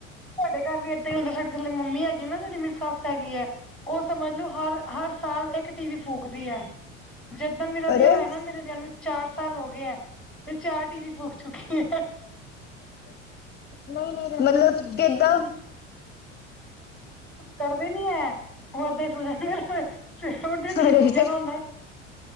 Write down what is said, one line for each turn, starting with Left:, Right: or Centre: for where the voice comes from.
Centre: ਤੁਹਾਡੇ ਘਰ ਵੀ ਏਦਾਂ ਈ ਹੁੰਦਾ ਸਾਡੇ ਥੱਲੇ ਮੰਮੀ ਹੈਗੀ ਨਾ ਜੇਹੜੀ ਮੇਰੀ ਸੱਸ ਹੈਗੀ ਐ। ਓ ਸਮਝ ਲਓ ਹਰ ਹਰ ਸਾਲ ਏਕ ਟੀ ਵੀ ਫੂਕਦੀ ਐ। ਜਿੱਦਾਂ ਮੇਰਾ ਵਿਆਹ
Left: ਅਰੇ
Centre: ਹੋਇਆ ਨਾ ਮੇਰੇ ਵਿਆਹ ਨੂੰ ਚਾਰ ਸਾਲ ਹੋ ਗਏ ਐ ਤੇ ਚਾਰ ਟੀ ਵੀ ਫੂਕ ਚੁੱਕੀ ਐ।
Left: ਨਈ ਨਈ ਮਤਲਬ ਕਿਦਾਂ?
Centre: ਕੱਢਦੇ ਨੀ ਏ ਓਹ ਐਦਾਂ ਹੀ ਸੋ ਜਾਂਦੇ ਸਵੇਰੇ ਉਠਦੇ ਟੀ
Left: ਅਰੇ
Centre: ਵੀ ਫੂਕਿਆ ਦਾ ਹੁੰਦਾ ਐ।